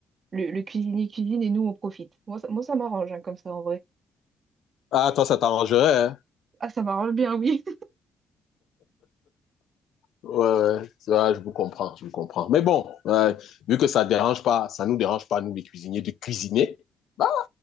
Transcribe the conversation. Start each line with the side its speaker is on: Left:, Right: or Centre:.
Right: le, le cuisinier cuisine et nous, on profite. Moi, ça, moi, ça m'arrange, hein, comme ça, en vrai.
Left: Ah, toi, ça t'arrangerait, hein?
Right: Ah, ça m'arrange bien, oui.
Left: Ouais, ouais, Ouais, je vous comprends, je vous comprends. Mais bon, ouais, vu que ça dérange pas, ça nous dérange pas, nous, les cuisiniers, de cuisiner, bah,